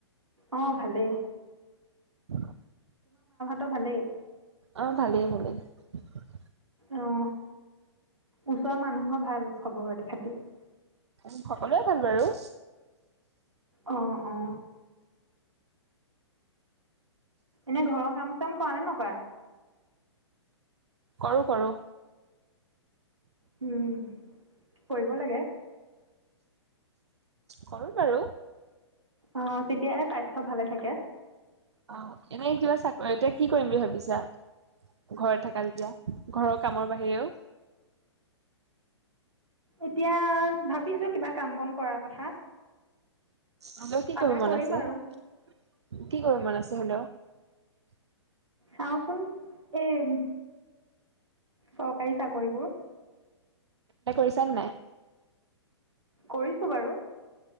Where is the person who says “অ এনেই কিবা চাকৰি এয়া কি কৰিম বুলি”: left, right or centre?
Right